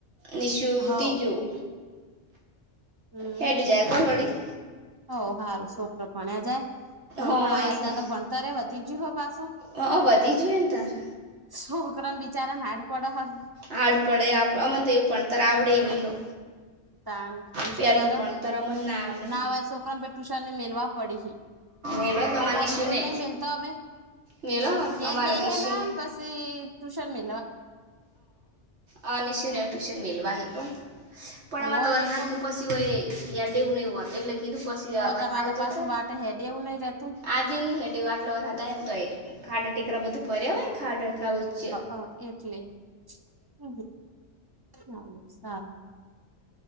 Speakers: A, on the right; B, on the right.
A: નિશું
B: હોવ
A: તીજું
B: હમ
A: હેડ્યું જાય
B: રૅ
A: કોણ વળી
B: દ હો સારું છોકરો ભણ્યા જાય થોડું
A: હા
B: ભણ
A: એટલે
B: વધતા તો ભણતરે વધી ગયું હો. પાછું
A: હા વધી જું ને તારે
B: છોકરાન બિચારાને હાડ પડ
A: હાડ પડે અમને તો એવું પણ ત્યારે આવડે હી લો
B: ત પણ
A: પહેલનું
B: શું કરો
A: ભણતર અમને આવડે
B: ના હોય છોકરા પર ટુશન ને મેલવા પડી છે.
A: મેલો તો અમારા
B: અમા
A: નિશુને
B: રિયું નહી મેલતો હવે
A: મેલો
B: ઘેર
A: અમારા
B: બે
A: નિશુને
B: હ ના પ ટ્યુશન મે
A: અ નિશુન
B: હ
A: ટ્યુશન મેલવા હ કોણ પણ આમાં
B: વ
A: તો વરહાદનું
B: એ કોક
A: પ સિવાય યાારેવ ન હત એટલે કીધું પછી
B: વ
A: વર
B: તમારે
A: હાડ
B: તો
A: જતો
B: પાછું વાટે હેડે એવું નઈ રેતું
A: આજે ની હેડી વાટલો વર હદ એને તોય ખાડા ટેકરા બધું ભર્યા હોય ને ખાડ ખાવચ
B: હ એટલે હ, હ સારું